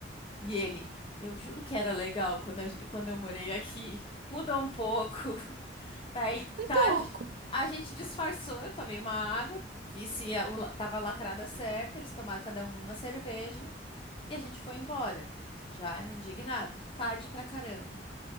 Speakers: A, on the left; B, on the right.
A: E ele, eu juro que era legal quando, a gen- quando eu morei aqui. <laughs> Mudou um pouco. <laughs> Daí
B: Um
A: tá,
B: pouco,
A: a gen-
B: <laughs>
A: a gente disfarçou. Eu tomei uma água, vi se a- o la- tava lacrada certa. Eles tomaram cada um uma cerveja. E a gente foi embora, já indignado, tarde pra caramba.